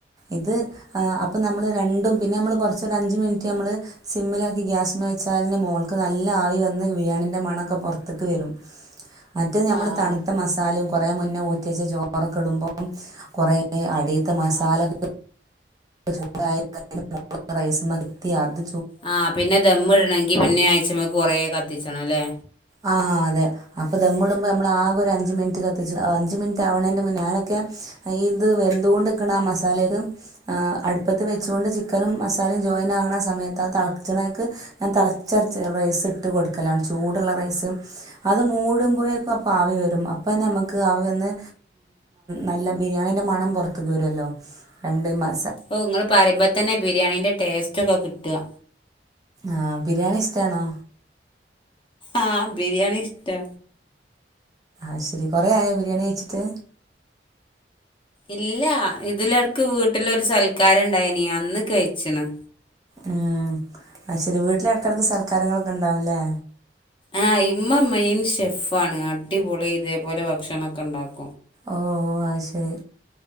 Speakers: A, on the right (about 20°); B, on the left (about 30°).
A: ഇത് ആ അപ്പം നമ്മൾ രണ്ടും പിന്നെ നമ്മൾ കോർച്ച് അഞ്ച് മിനിറ്റ് നമ്മൾ സിമ്മിലാക്കി ഗ്യാസുമ്മ വെച്ചാൽ ന്റെ മോൾക്ക് നല്ല ആവി വന്ന് ബിരിയാണിന്റെ മണൊക്കെ പുറത്ത്ക്ക് വരും. മറ്റേത് നമ്മൾ
B: ആഹ് ആഹ്
A: തണുത്ത മസാലയും കുറേ മുന്നേ ഊറ്റി വെച്ച ചോറൊക്കെ ഇടുമ്പോം കുറേ അട് അടീത്തെ മസാലക്
B: ആഹ് ആഹ്
A: ചൂടായ <unintelligible> റൈസും മത്തിയാത്.
B: ആ പിന്നെ ദമ്മിടണെങ്കി പിന്നെ ആയിച്ചിമ്മക്ക് കൊറെ കത്തിച്ചണോല്ലേ.
A: ആ അതെ അപ്പോ ദമ്മുടുമ്പോൾ നമ്മൾ ആകെ ഒരു അഞ്ച് മിനിറ്റ് കത്തിച്ച് അഞ്ച് മിനിറ്റ് ആവണെന്റെ മുന്നേ ഞാനൊക്കെ ഈ ഇത് വെന്തുട്കനെ ആ മസാലക്ക് ആ അടുപ്പത്ത് വെച്ചൊണ്ട് ചിക്കനും മസാലയും ജോയിൻ ആകണ സമയത്ത് അത് തിളച്ചണേക്കു ഞാൻ തളച്ച റൈസിട്ട് കൊടുക്കലാണ് ചൂട് ഇപ്പുള്ള റൈസും. അത് മൂടുമ്പോയെ ക്കും അപ്പോ ആവി വരും അപ്പ നമുക്ക് അവി വന്ന് നല്ല ബിരിയാണീന്റെ മണം പുറത്തക്ക് വരുവല്ലോ രണ്ട് മാ
B: ഔ നിങ്ങൾ പറയുമ്പോ തന്നെ ബിരിയാണിന്റെ ടേസ്റ്റൊക്കെ കിട്ടാ
A: ആ ബിരിയാണി ഇഷ്ട്ടാണോ
B: ആഹ ബിരിയാണി ഇഷ്ടാ.
A: ഐശെരി കുറെയായോ ബിരിയാണി കയിച്ചിട്ട്.
B: ഇല്ല ഇതിലടക്ക് വീട്ടിലൊരു സൽക്കാരംണ്ടായിനി അന്ന് കയിച്ച്ണ്.
A: ഉം ഐശ്ശെരി വീട്ടിലെ എടക്കെടക്ക് സൽക്കാരങ്ങളൊക്കെ ഇണ്ടാവുംല്ലേ.
B: ആ ഇമ്മ മെയിൻ ഷെഫ്ഫാണ് അടിപൊളി ഇതേപോലെ ഭക്ഷണംക്കെണ്ടാക്കും.
A: ഓ അ ശരി